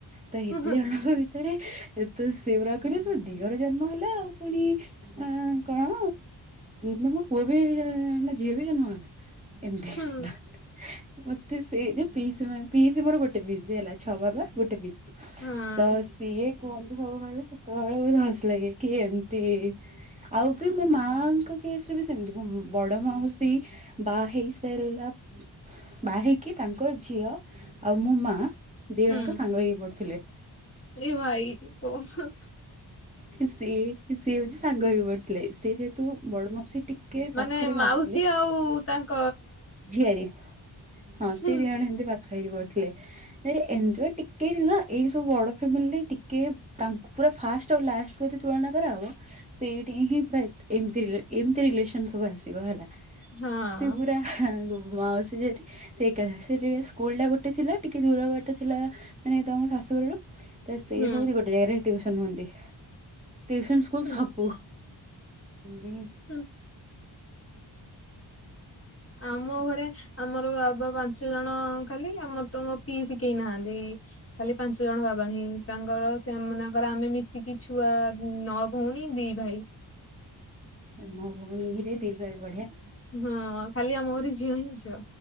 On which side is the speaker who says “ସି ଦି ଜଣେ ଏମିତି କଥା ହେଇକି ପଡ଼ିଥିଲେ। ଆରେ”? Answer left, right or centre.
Right